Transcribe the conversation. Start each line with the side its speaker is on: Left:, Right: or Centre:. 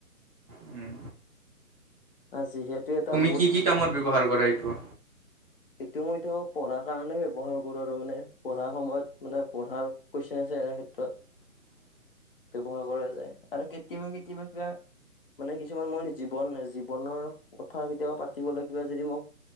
Right: উম।
Left: আ যিহেতু। এটা
Right: তুমি
Left: বহুত
Right: কি কি কামত ব্যৱহাৰ কৰা এইটো?
Left: এইটো মইতো পঢ়াৰ কাৰণে ব্যৱহাৰ কৰো আৰু মানে পঢ়াৰ সময়ত মানে পঢ়াৰ কোৱেইছন আছে। তেনে ক্ষেত্ৰত।
Right: <inaudible>
Left: ব্যৱহাৰ কৰা যায় আৰু কেতিয়াবা কেতিয়াবা কিবা। মানে কিছুমান মই জীৱন জীৱনৰ কথা কেতিয়াবা পাতিবলৈ কিবা যদি মোক